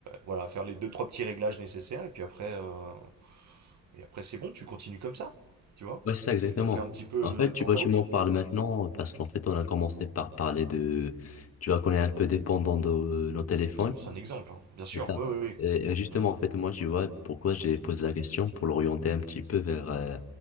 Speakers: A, on the right; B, on the left.
A: voilà, faire les deux trois petits réglages nécessaires et puis après, euh, et après c'est bon, tu continues comme ça, tu vois.
B: Ouais, c'est ça exactement.
A: Et t'en fais un petit peu
B: En fait,
A: de temps
B: tu vois, tu
A: à autre.
B: m'en parles maintenant euh, parce qu'en fait, on a commencé par parler de, tu vois, qu'on est un peu dépendant de euh, nos téléphones.
A: Alors, c'est un exemple, hein, bien sûr.
B: C'est ça.
A: Oui, oui,
B: Et et justement,
A: oui. Mm,
B: en fait, moi, tu vois, pourquoi j'ai posé la question pour l'orienter un petit peu vers euh,